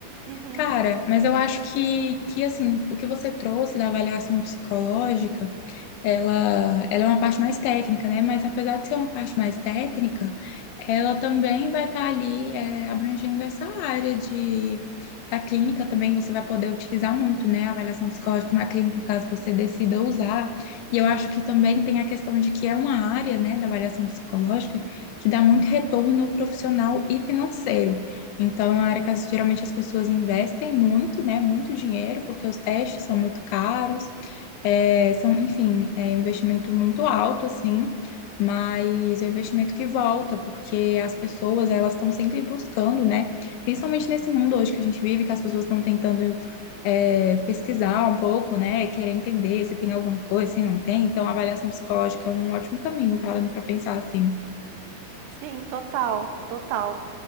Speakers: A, on the right; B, on the left.
A: Uhum.
B: Cara, mas eu acho que, que assim, o que você trouxe da avaliação psicológica. ela, ela é uma parte mais técnica, né? Mas apesar de ser uma parte mais técnica, ela também vai estar ali é, abrangendo essa área de da clínica também você vai poder utilizar muito, né? A avaliação psicológica na clínica, caso você decida usar. E eu acho que também tem a questão de que é uma área, né, da avaliação psicológica que dá muito retorno profissional e financeiro. Então, é uma área que as- geralmente as pessoas investem muito, né? Muito dinheiro, porque os testes são muito caros. É, são, enfim, é um investimento muito alto, assim, mas é um investimento que volta, porque as pessoas, elas estão sempre buscando, né? Principalmente nesse mundo hoje que a gente vive, que as pessoas estão tentando, é, pesquisar um pouco, né? Querer entender se tem alguma coisa, se não tem. Então, a avaliação psicológica é um ótimo caminho, parando para pensar assim.
A: Sim, total, total.